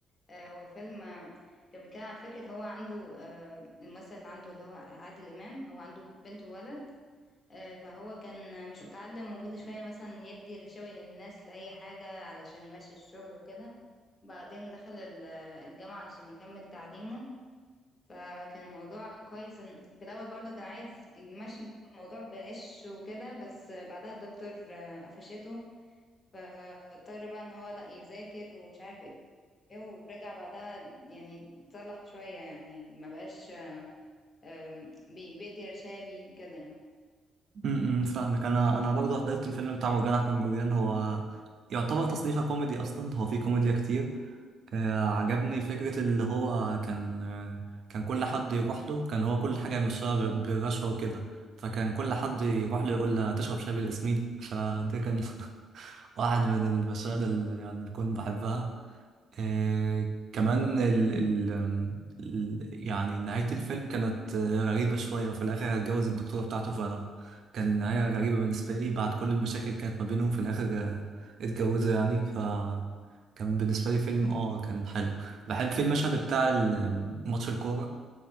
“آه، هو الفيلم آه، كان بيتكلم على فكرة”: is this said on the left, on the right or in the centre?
Left